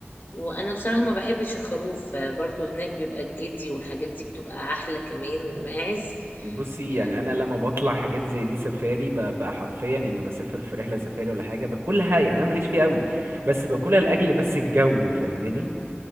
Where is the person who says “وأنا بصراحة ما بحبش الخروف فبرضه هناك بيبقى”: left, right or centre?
Left